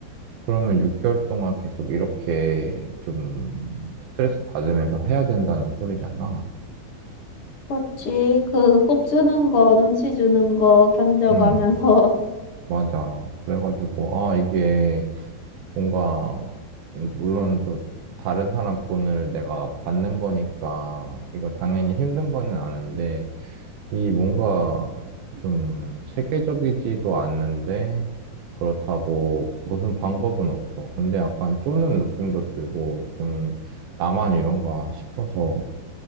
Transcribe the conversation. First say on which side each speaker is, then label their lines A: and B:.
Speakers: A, on the right (about 75°); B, on the left (about 50°).
A: 그러면 6개월 동안 계속 이렇게 좀 스트레스 받으면서 해야 된다는 소리잖아.
B: 그렇지. 그, 꼽 주는 거, 눈치 주는 거 견뎌가면서.
A: 응. 맞아. 그래가지고, 아, 이게 뭔가, 물론 또 다른 사람 돈을 내가 받는 거니까, 이거 당연히 힘든 거는 아는데, 이 뭔가 좀 체계적이지도 않는데, 그렇다고 무슨 방법은 없어. 근데 약간 쪼는 느낌도 들고, 좀 나만 이런가 싶어서,